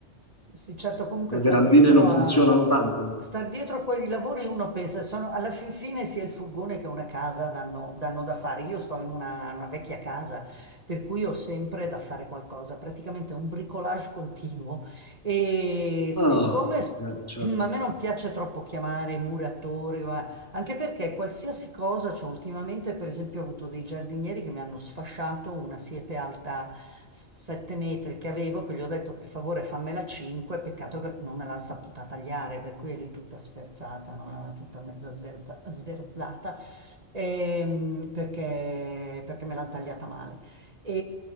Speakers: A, on the right; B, on the left.
A: Sì, sì, certo, comunque
B: le
A: sta
B: verandine
A: dietro
B: non
A: a,
B: funzionano tanto.
A: sta dietro a quei lavori uno pensa, sono, alla fin fine sia il furgone che una casa danno, danno da fare. Io sto in una, una vecchia casa, per cui ho sempre da fare qualcosa, praticamente un bricolage continuo. E
B: Ah,
A: siccome s-
B: eh,
A: <clears throat> a
B: certo.
A: me non piace troppo chiamare muratori, anche perché qualsiasi cosa, cioè ultimamente per esempio ho avuto dei giardinieri che mi hanno sfasciato una siepe alta 7 metri che avevo, che gli ho detto per favore fammela 5, peccato che non me l'hanno saputa tagliare, per cui è lì tutta sferzata, no? È tutta mezza sverza- sverzata, ehm, perché, perché me l'hanno tagliata male. E,